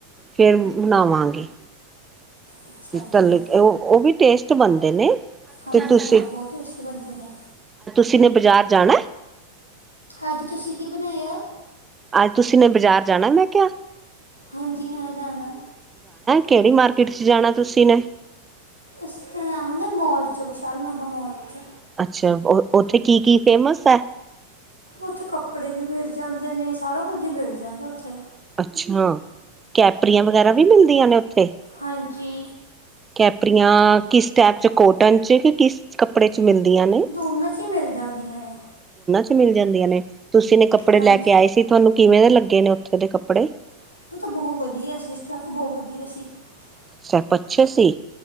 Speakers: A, on the right; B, on the left.
A: ਫ਼ੇਰ ਬਣਾਵਾਂਗੇ
B: ਅੱਛਾ
A: ਤੱਲ
B: ਜੀ
A: ਕੇ ਉਹ ਉਹ ਵੀ ਟੇਸਟ ਬਣਦੇ ਨੇ।
B: ਹਾਂਜੀ
A: ਤੇ ਤੁਸੀਂ
B: ਹਾਂ ਬਹੁਤ ਟੇਸਟੀ ਬਣਦੇ ਨੇ।
A: ਤੁਸੀ ਨੇ ਬਾਜ਼ਾਰ ਜਾਣਾ?
B: ਅੱਜ ਤੁਸੀਂ ਕੀ ਬਨਾਯਾ?
A: ਅੱਜ ਤੁਸੀਂ ਨੇ ਬਾਜ਼ਾਰ ਜਾਣਾ ਮੈਂ ਕਿਹਾ?
B: ਹਾਂਜੀ ਹਾਂ ਜਾਣਾ।
A: ਕੇਹੜੀ ਮਾਰਕੀਟ 'ਚ ਜਾਣਾ ਤੁਸੀਂ ਨੇ?
B: ਅਸੀਂ ਤਾਂ ਜਾਵਾਂਗੇ ਮੌਲ ਚ ਵੀਸ਼ਾਲ ਮੈਗਾ ਮੌਲ ਚ।
A: ਅੱਛਾ ਉੱਥੇ ਕੀ ਕੀ ਫੇਮਸ ਹੈ?
B: ਉੱਥੇ ਕੱਪੜੇ ਵੀ ਮਿਲ ਜਾਂਦੇ ਨੇ ਸਾਰਾ ਕੁੱਝ ਇ ਮਿਲ ਜਾਂਦਾ ਉੱਥੇ।
A: ਅੱਛਾ ਕੈਪਰੀਆਂ ਵਗੈਰਾ ਵੀ ਮਿਲਦੀਆਂ ਨੇ ਉੱਥੇ?
B: ਹਾਂਜੀ।
A: ਕੈਪਰੀਆਂ ਕਿਸ ਟਾਈਪ 'ਚ ਕੋਟਨ 'ਚ ਕਿ ਕਿਸ ਕੱਪੜੇ 'ਚ। ਮਿਲਦੀਆਂ ਨੇ
B: ਦੋਨਾਂ ਚ ਹੀ ਮਿਲ ਜਾਂਦੀਆਂ ਨੇ।
A: <unintelligible> ਮਿਲ ਜਾਂਦੀਆਂ ਨੇ ਤੁਸੀਂ ਨੇ ਕੱਪੜੇ
B: ਹਾਂਜੀ
A: ਲੈ ਕੇ ਆਏ ਸੀ ਤੁਹਾਨੂੰ ਕਿਵੇਂ ਦੇ ਲੱਗੇ ਨੇ ਉੱਥੇ ਦੇ ਕੱਪੜੇ?
B: <inaudible>
A: ਸਭ ਅੱਛੇ ਸੀ।